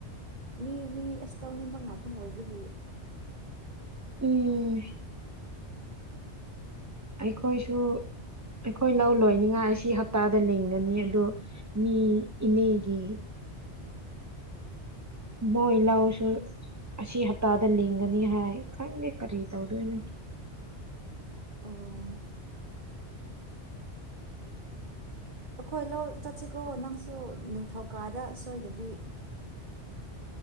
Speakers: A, on the right (about 45°); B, on the right (about 15°).
A: ꯃꯤ ꯃꯤ ꯑꯁ ꯇꯧꯅꯤꯡꯕ ꯉꯥꯛꯇꯪ ꯑꯣꯏꯕꯒꯤ
B: ꯎꯝ ꯑꯩꯈꯣꯏꯁꯨ ꯑꯩꯈꯣꯏ ꯂꯧ ꯂꯣꯏꯅꯤꯉꯥꯏ ꯑꯁꯤ ꯍꯞꯇꯥꯗ ꯂꯤꯡꯒꯅꯤ ꯑꯗꯨ ꯃꯤ ꯏꯅꯦꯒꯤ ꯃꯣꯏ ꯏ ꯂꯥꯎꯁꯨ ꯑꯁꯤ ꯍꯞꯇꯥꯗ ꯂꯤꯡꯒꯅꯤ ꯍꯥꯏ ꯈꯪꯗꯦ ꯀꯔꯤ ꯇꯧꯗꯣꯏꯅꯣ <inaudible>
A: ꯑꯣ ꯑꯩꯈꯣꯏ ꯂꯧ ꯆꯠꯁꯤꯀꯣ ꯅꯪꯁꯨ ꯅꯤꯡꯊꯧꯀꯥꯗ ꯁꯣꯏꯗꯕꯤ